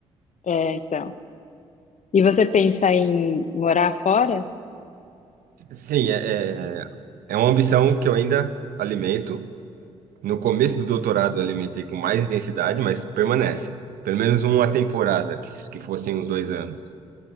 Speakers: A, on the left; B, on the right.
A: é, então. E você pensa em morar fora?
B: Sim, é, é é uma ambição que eu ainda alimento. No começo do doutorado eu alimentei com mais intensidade, mas permanece. Pelo menos uma temporada, que, s- que fossem uns dois anos.